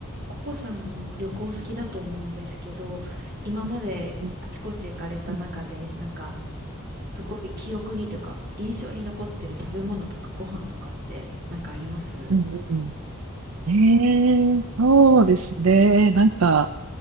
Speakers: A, on the right; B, on the right.
A: ココさんも旅行好きだと思うんですけど、今まであちこち行かれた中で、
B: うんうん。
A: なんかすごい記憶にというか印象に残ってる食べ物とかご飯とかってなんかあります
B: うんうん。ええ、そうですね。なんか、